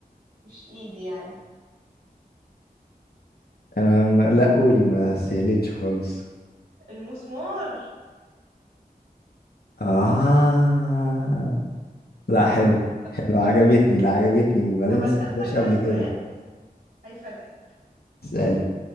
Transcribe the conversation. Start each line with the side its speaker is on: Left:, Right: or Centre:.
Right: مش ايدي يعني
Left: انا ما... لا قولي ما سهلتش خالص
Right: المسمار
Left: آه لا حلو
Right: طب
Left: حلو عجبتني لا عجبتني وبعدين
Right: طب
Left: ما
Right: اسألك
Left: سمعتهاش
Right: بقى
Left: قبل
Right: سؤال
Left: كده
Right: هيفاجئك
Left: اسألي